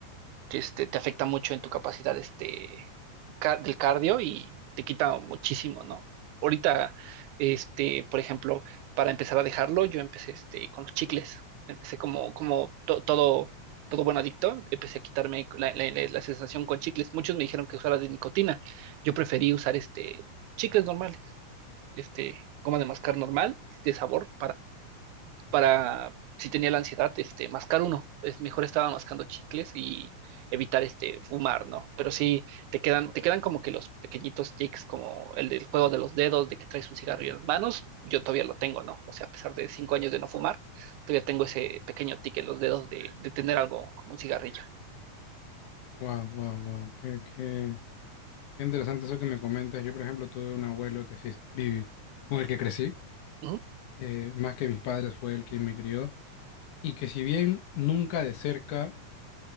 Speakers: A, on the right; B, on the left.
A: que este, te afecta mucho en tu capacidad este, ca- del cardio y te quita muchísimo, ¿no? Ahorita, este, por ejemplo, para empezar a dejarlo, yo empecé este, con los chicles. Empecé como, como to- todo, todo buen adicto, empecé a quitarme la, la- la- la sensación con chicles. Muchos me dijeron que usara de nicotina. Yo preferí usar este, chicles normales, este, goma de mascar normal, de sabor, para si tenía la ansiedad, este, mascar uno. Es mejor estaba mascando chicles y evitar este fumar, ¿no? Pero sí te quedan, te quedan como que los pequeñitos tics, como el del juego de los dedos, de que traes un cigarrillo en las manos, yo todavía lo tengo, ¿no? O sea, a pesar de cinco años de no fumar, todavía tengo ese pequeño tic en los dedos de, de tener algo como un cigarrillo.
B: Wow, wow, wow. Qué, qué- qué interesante eso que me comentas. Yo, por ejemplo, tuve un abuelo que sí viví, con el que crecí.
A: Ujú,
B: eh, más que mis padres, fue el quien me crió, y que si bien nunca de cerca